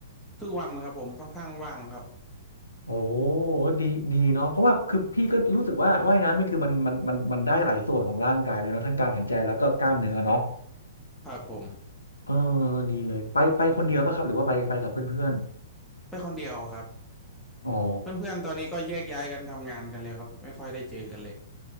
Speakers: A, in the centre; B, on the left.
A: ทุกวันครับผมค่อนข้างว่างครับ
B: โอ้ดี ดีเนาะ เพราะว่าคือพี่ก็รู้สึกว่าว่ายน้ำนี่คือมันมันมันมันได้หลายส่วนของร่างกายเลยเนาะทั้งการหายใจแล้วก็กล้ามเนื้อเนาะ
A: ครับผม
B: เออดีเลยไปไปคนเดียวป่ะครับหรือว่าไปไปกับเพื่อน
A: ไปคนเดียวครับ
B: ๆอ๋อ
A: เพื่อนๆตอนนี้ก็แยกย้ายกันทำงานกันเลยครับไม่ค่อยได้เจอกันเลย